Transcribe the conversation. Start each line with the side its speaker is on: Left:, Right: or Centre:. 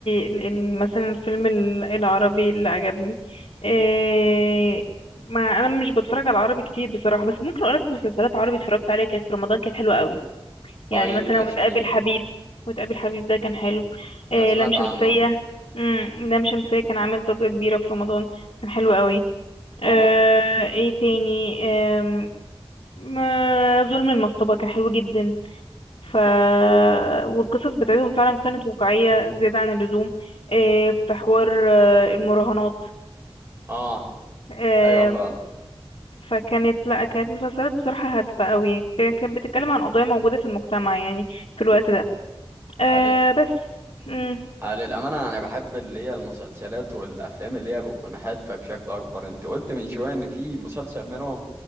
Left: ال- ال- مثلا الفيلم ال- العربي اللي عجبني إيه ما انا مش بتفرج على عربي كتير بصراحة بس ممكن اقولك مسلسلات عربي اتفرجت عليها كانت في رمضان كانت حلوة قوي
Right: طيب
Left: يعني مثلا
Right: ماشي
Left: وتقابل
Right: قولي لي
Left: حبيب وتقابل حبيب ده كان حلو إيه
Right: انا سمعت
Left: لام شمسية
Right: عنه
Left: امم لام شمسية كان عامل ضجة كبيرة في رمضان كان حلو قوي آه،
Right: اه
Left: ايه تاني آم، ما- ظلم المصطبة كان حلو جدا ف والقصص بتاعتهم فعلا كانت واقعية زيادة عن اللزوم إيه، في حوار آه، المراهنات
Right: اه
Left: آه،
Right: ايوه فعلا
Left: فكانت لا كانت مسلسلات بصراحة هادفة أوي يعني كان- كانت بتتكلم عن قضايا موجودة في المجتمع يعني في الوقت ده آه،
Right: على
Left: بس مم،
Right: على الامانه انا بحب اللي هي المسلسلات والافلام اللي هي بتكون هادفه بشكل اكبر انت قلت من شويه ان في مسلسل منهم